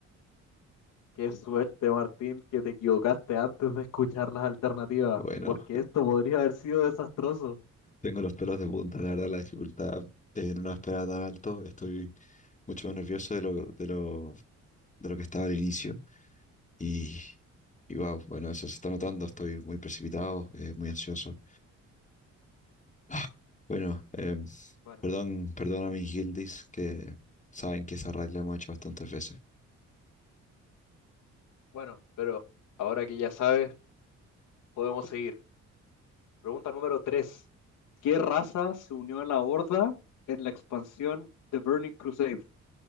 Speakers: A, on the left (about 85°); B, on the left (about 25°).
A: Qué suerte, Martín, que te equivocaste antes de escuchar las alternativas,
B: Bueno,
A: porque esto podría haber sido desastroso.
B: tengo los pelos de punta, la verdad, la dificultad eh, no la esperaba tan alto. Estoy mucho más nervioso de lo, de lo, de lo que estaba al inicio. Y, y wow, bueno, eso se está notando. Estoy muy precipitado, eh, muy ansioso. Ah, Bueno, em,
A: Bueno,
B: perdón, perdón a mis guildies que saben que esa raid la hemos hecho bastantes veces.
A: bueno, pero ahora que ya sabes, podemos seguir. Pregunta número tres ¿Qué raza se unió a la Horda en la expansión The Burning Crusade?